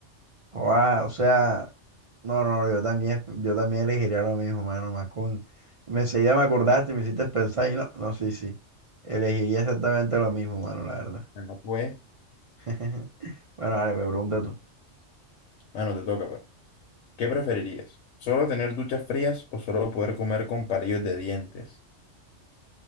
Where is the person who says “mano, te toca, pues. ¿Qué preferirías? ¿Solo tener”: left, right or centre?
Left